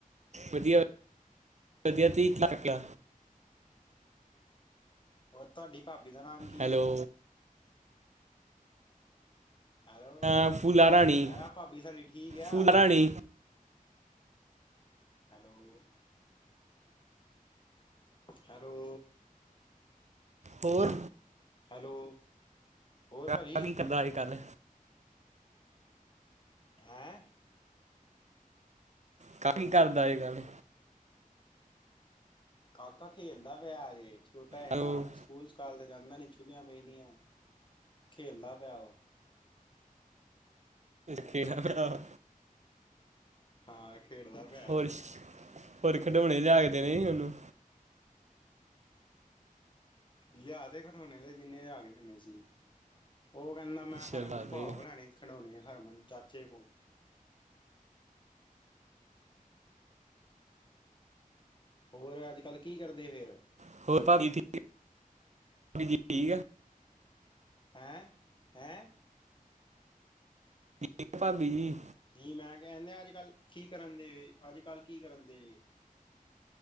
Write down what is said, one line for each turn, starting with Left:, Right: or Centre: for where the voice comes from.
Right: ਵਦੀਆ-ਵਦੀਆ ਤੁ <unintelligible>
Left: ਹੋਰ ਤੁਆਡੀ ਭਾਬੀ ਦਾ ਨਾਮ ਕੀ
Right: ਹੈਲੋ
Left: ਏ ਹੈਲੋ,
Right: ਹਾਂ ਫੂਲਾ ਰਾਣੀ
Left: ਮੈਂ ਕਿਆ ਭਾਬੀ ਸਾਡੀ ਠੀਕ ਆ
Right: ਫੂਲਾ ਰਾਣੀ
Left: ਹੈਲੋ ਹੈਲੋ
Right: ਹੋਰ
Left: ਹੈਲੋ ਹੋਰ
Right: <unintelligible>
Left: ਭਾਜੀ
Right: ਕੀ ਕਰਦਾ ਅਜ ਕੱਲ
Left: ਹੈਂ
Right: <unintelligible> ਕਰਦਾ ਇਹ ਗੱਲ
Left: ਕਾਕਾ ਖੇਲਦਾ ਪਿਆ ਅਜੇ ਛੋਟਾ ਏ
Right: ਹੈਲੋ
Left: ਨਾ ਪੁਲਿਸ ਕਾਲ ਦੇ ਜਾਨਦਾ ਨਹੀਂ ਛੁੱਟੀਆਂ ਪਈ ਦੀਆਂ ਖੇਲਦਾ ਪੇਆ ਉਹ
Right: ਖੇਲਦਾ ਪਿਆ ਔ
Left: ਹਾਂ ਖੇਡਦਾ ਪਿਆ
Right: ਹੋਰ ਖਿਡੋਣੇ ਲਿਆ ਕੇ ਦੇਨੇ ਸੀ ਉਹਨੂੰ
Left: ਲਿਆ ਤੇ ਖਢੋਣੇ ਦੇ ਜਿੰਨੇ ਲਿਆ ਕੇ ਦਿੰਨੇ ਸੀ ਉਹ ਕਹਿੰਦਾ ਮੈਂ ਹਰਮਨ
Right: ਚਲਾ
Left: ਭਾ
Right: ਦੇ
Left: ਕੋਲ ਲੈਣੇ ਖਡੋਣੇ ਆ ਹਰਮਨ ਚਾਚੇ ਕੋ ਹੋਰ ਅੱਜ ਕੱਲ ਕੀ ਕਰਦੇ ਫੇਰ
Right: <unintelligible>
Left: ਹੈਂ ਹੈਂ
Right: ਠੀਕ ਭਾਬੀ ਜੀ
Left: ਕੀ ਮੈਂ ਕਹਿਦੇ ਅੱਜ ਕੱਲ ਕੀ ਕਰਨ ਦਯੇ ਜੇ ਅੱਜ ਕੱਲ ਕੀ ਕਰਨ ਦਯੇ